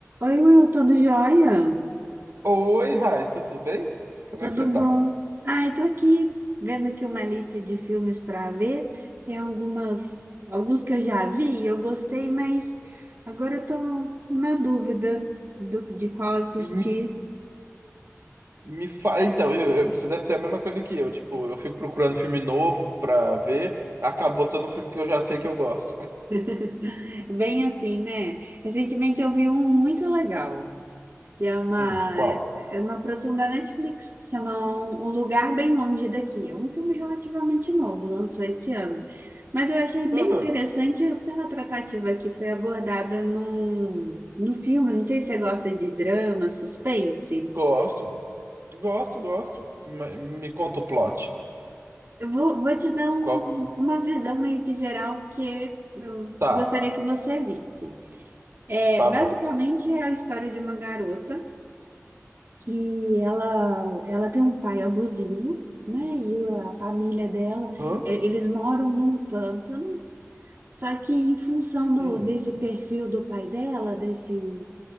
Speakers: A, on the right (about 40°); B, on the right (about 55°).
A: Oi, Will, tudo jóia?
B: Oi, Rai, tudo bem? Como
A: Tudo
B: é que você
A: bom?
B: tá?
A: Ai, tô aqui vendo aqui uma lista de filmes para ver. Tem algumas, alguns que eu já vi e eu gostei, mas agora eu tô na dúvida do, de qual assistir.
B: Me, me fa... Então, eu- eu- você deve ter a mesma coisa que eu. Tipo, eu fico procurando filme novo pra ver, acabou botando um filme que eu já sei que eu gosto. <laughs>
A: <laughs> Bem assim, né? Recentemente eu vi um muito legal. que é uma,
B: Hum, qual?
A: é uma produção da Netflix, se chama Um Um Lugar Bem Longe Daqui. É um filme relativamente novo, lançou esse ano. Mas eu achei bem
B: Ah,
A: interessante pela tratativa que foi abordada no, no filme. Não sei se você gosta de drama, suspense.
B: gosto, gosto, gosto. Me, me conta o plot.
A: Eu vou, vou te dar um-
B: Qual?
A: uma visão meio que geral que eu
B: Tá,
A: gostaria que você visse. É,
B: tá
A: basicamente
B: bom.
A: é a história de uma garota. que ela, ela tem um pai abusivo, né? E a família dela,
B: Aham.
A: é, eles moram num pântano, só que em função do,
B: Hum,
A: desse perfil do pai dela, desse,